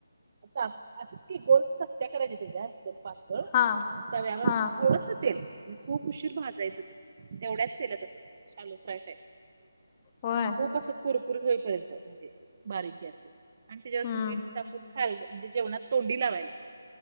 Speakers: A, on the right; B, on the left.
A: आता असं की गोलत हत्या करायच्या त्याच्या दम पातळ आणि
B: हा
A: त्या व्याम
B: हा
A: थोडस तेल आणि खूप उशीर भाजायचं ते तेवढ्याच तेल तसं शालो फ्राय टाईप
B: वर
A: खूप अस कुरकुरत होईपर्यंत म्हणजे बारीक गॅस आणि त्याच्याून
B: हम्म
A: मीठ टाकून खाल्लं म्हणजे जेवणात तोंडी लावायला